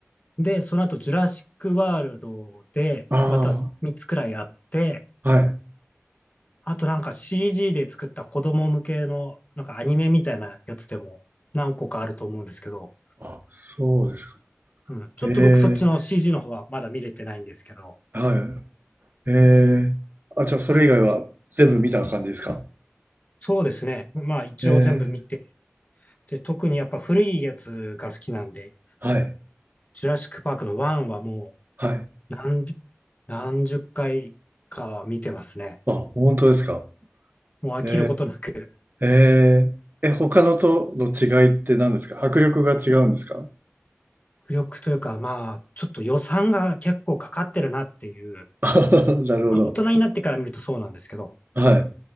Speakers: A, on the left; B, on the right.
A: で、その後、ジュラシックワールドで、
B: あ
A: また3つくらいあって、
B: あ、はい。
A: あとなんか CG で作った子供向けの、なんかアニメみたいなやつでも何個かあると思うんですけど、
B: あ、そうですか。
A: うん。ちょっと僕そっちの
B: ええ
A: CG の方はまだ見れてないんですけど、
B: はい。ええあ、じゃあそれ以外は全部見た感じですか
A: とにかく、そうですね。まあ一応全部見て、
B: ええ
A: で、特にやっぱ古いやつが好きなんで、
B: はい、
A: ジュラシックパークの1はも
B: はい。
A: う何、何十回かは見てますね。
B: あ、本当ですか。
A: もう飽きることなく、
B: えええええ、他のとの違いって何ですか迫力が違うんですか
A: 浮力というかまあ、ちょっと予算が結構かかってるなっていう、
B: <laughs> なるほど。
A: まあ大人になってから見るとそうなんですけど、
B: はい。